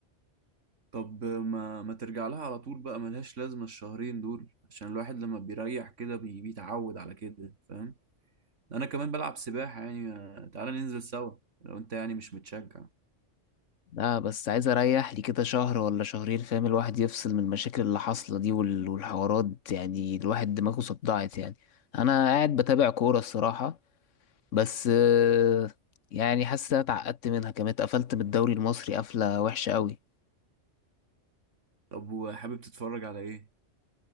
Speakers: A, on the right; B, on the left.
A: طب ما ما ترجع لها على طول بقى ملهاش لازمة الشهرين دول عشان الواحد لما بيريح كده بي- بيتعود على كده فاهم انا كمان بلعب سباحة يعني آه، تعالى ننزل سوا لو انت يعني مش متشجع
B: لا بس عايز اريح لي كده شهر ولا شهرين فاهم الواحد يفصل من المشاكل اللي حاصله دي وال- والحوارات يعني الواحد دماغه صدعت يعني انا قاعد بتابع كوره الصراحه بس آه، يعني حاسس إن أنا اتعقدت منها كمان اتقفلت من الدوري المصري قفله وحشه قوي
A: طب وحابب تتفرج على ايه